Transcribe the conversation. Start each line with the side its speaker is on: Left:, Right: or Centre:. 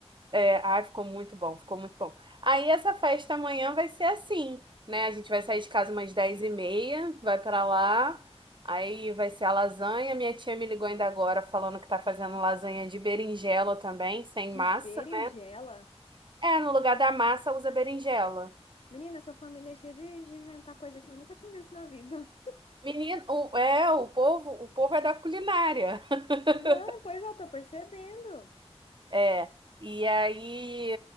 Right: É, ai, ficou muito bom, ficou muito bom. Aí essa festa amanhã vai ser assim, né? A gente vai sair de casa umas dez e meia, vai pra lá, aí vai ser a lasanha. Minha tia me ligou ainda agora falando que tá fazendo lasanha de berinjela também, sem
Left: De
Right: massa,
Left: berinjela?
Right: né? É, no lugar da massa usa berinjela.
Left: Menina, sua família é cheia de, de inventar coisa que eu nunca tinha visto na vida.
Right: Menino, o- é, o povo, o povo é da culinária. <laughs>
Left: <laughs> Não, pois é, eu tô percebendo.
Right: É, e aí